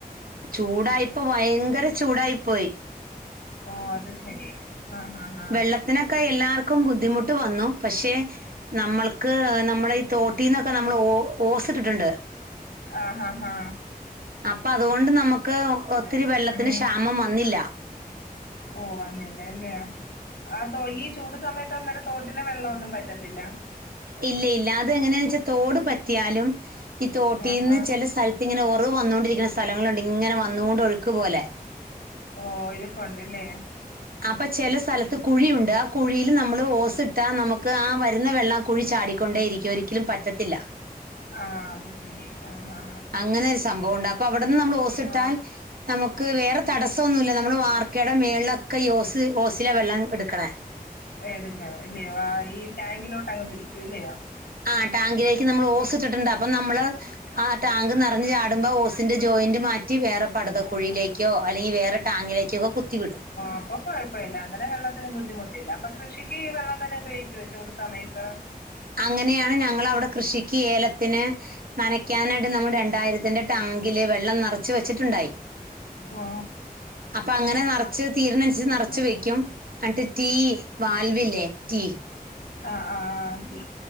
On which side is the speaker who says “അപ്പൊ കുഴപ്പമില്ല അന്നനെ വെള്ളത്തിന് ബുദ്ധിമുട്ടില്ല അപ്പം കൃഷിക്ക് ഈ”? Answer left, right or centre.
Left